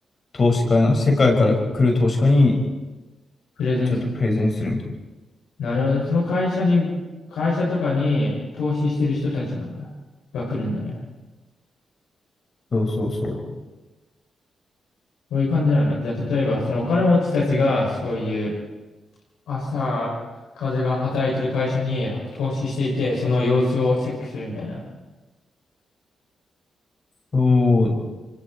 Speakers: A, on the left; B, on the left.
A: 投資家な、世界から来る投資家に
B: プレゼンするって。
A: ちょっとプレゼンするみたい
B: なるほどね。その会社に、会社とかに投資してる人たちなんだ。が来るんだね。
A: な。そうそうそう。
B: そういう感じなのね。じゃあ、例えば、そのお金持ちたちが、そういう朝、風が働いてる会社に投資していて、その様子をチェックするみたいな。
A: そう